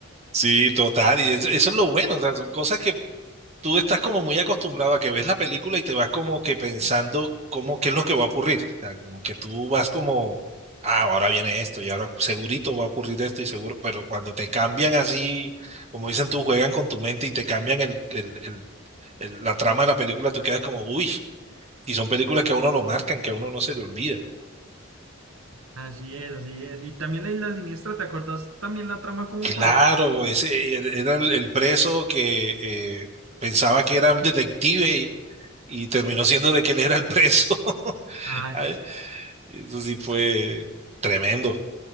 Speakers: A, on the right; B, on the right.
A: sí, total. Y eso, eso es lo bueno, o sea, son cosas que tú estás como muy acostumbrado a que ves la película y te vas como que pensando cómo, qué es lo que va a ocurrir. O sea, como que tú vas como, ah, ahora viene esto y ahora segurito va a ocurrir esto y seguro, pero cuando te cambian así, como dicen tú, juegan con tu mente y te cambian el, el, el, el- la trama de la película, tú quedas como, uy, y son películas que a uno lo marcan, que a uno no se le olvida.
B: Así es, así es. Y también la Isla Siniestra, ¿te acordás también la trama cómo
A: Claro,
B: fue?
A: ese er- era el, el preso que eh, pensaba que
B: Sí.
A: era el detective y, y terminó siendo de que él era el preso. <laughs>
B: Ay,
A: Y Eso sí fue
B: es que-
A: tremendo.